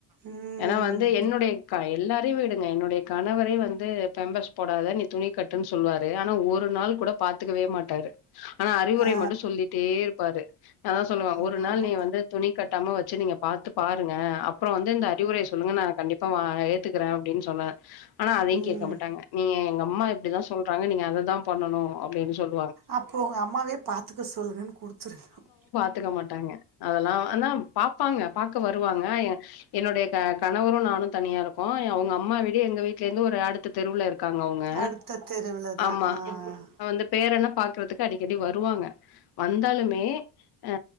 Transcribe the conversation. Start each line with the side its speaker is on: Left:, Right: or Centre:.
Right: ம்
Left: ஏன்னா வந்து என்னுடையக்கா எல்லாரையும் வடுங்க என்ன என்னுடைய கணவர வந்து பேம்பர்ஸ் போடாத நீ துணி கட்டுன்னு சொல்லுவாரு ஆனா ஒரு நாள் கூட பாத்துக்கவே மாட்டாரு ஆனா அறிவுரை
Right: ஆ
Left: மட்டும் சொல்லிட்டே இருப்பாரு அதான்
Right: ஆமா
Left: ஒரு நாள்
Right: ஆமா
Left: நீ வந்து துணி கட்டாம வச்சு நீங்க பாார்த்து பாருங்க அப்ப அப்புறம் வந்து இந்த அறிவுரை சொல்லுங்க நான் கண்டிப்ப எத் துக்கிறேன் அப்டின்னு சொன்ன ஆனா அதையும்
Right: ம்
Left: கேட்கப்பட்டாங்க நீங்க எங்க அம்மா இப்படித்தான் சொல்றாங்க நீங்க அததான் பண்ணனும் அப்படின்னு சொல்லி
Right: அப்ப உங்க அம்மாவே பாத்துக்க சொல்லுன்னு குடுத்துருக்கணும்
Left: ஏத்துக்க மாட்டாங்க அதெல்லாம் ஆனா பார்பப்பாங்க பார்க்க வருவாங்க என்னுடைய க கணவரும் நானும் தனியா இருக்கும் அவங்க அம்மா விட எங்க வீட்ல இருந்து ஒரு அடுத்த தெருவுல இருக் காங்க அவங்க
Right: அடுத்த தெருவுல தா
Left: ஆமா
Right: ஆ
Left: வந்து பேரண பாக்குறதுக்கு அடிக்கடி வருவாங்க வந்தாலுமே அ